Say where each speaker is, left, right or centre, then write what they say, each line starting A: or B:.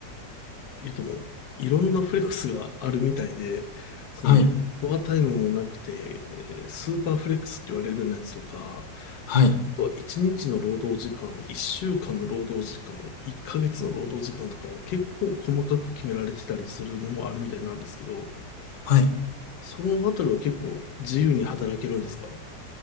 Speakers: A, on the left; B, on the left.
A: 言うとも、いろんなフレックスがあるみたいで、その、
B: はい。
A: フォアタイムもなくて、えースーパーフレックスって言われるようなやつとか、
B: はい。
A: あとは1日の労働時間、1週間の労働時間、1ヶ月の労働時間とか、結構細かく決められてたりするのもあるみたいなんですけど、
B: はい。
A: そのあたりは結構自由に働けるんですか